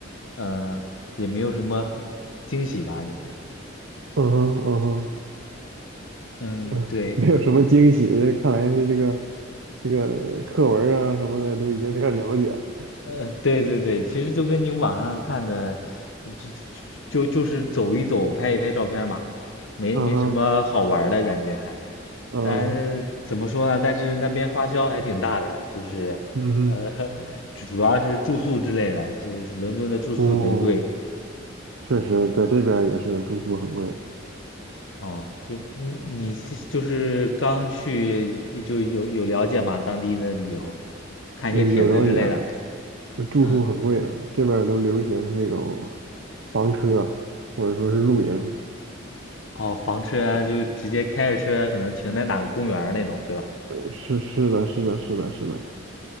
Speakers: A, on the left (about 80°); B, on the right (about 75°).
A: 呃，也没有什么惊喜吧，就是，
B: 嗯哼，嗯哼，
A: 嗯，
B: 哎呦，
A: 对，
B: 没有什么惊喜，这看来是这个这个课文儿啊什么的都已经非常了解了。
A: 呃，对对对，其实就跟你网上看的，就就就就是走一走，拍一拍照片嘛，没没什么好玩儿的感觉还。
B: 嗯哼，嗯，
A: 但怎么说呢？但是那边花销还挺大的，就是，
B: 嗯哼，
A: 呃，<laughs> 主主要是住宿之类的，就是伦敦的住宿贼贵。
B: 哦，确实在这边儿也是住宿很贵。
A: 哦，就你你是就是刚去就有有了解嘛，当地的旅游，看一些帖子之类的。
B: 哎，有了解啊，住宿很贵的，
A: 嗯
B: 这边儿都流行那种房车，或者说是露营。
A: 哦，房车啊就直接开着车啊，可能停在哪个公园儿那种，对吧？
B: 是是的，是的，是的，是的。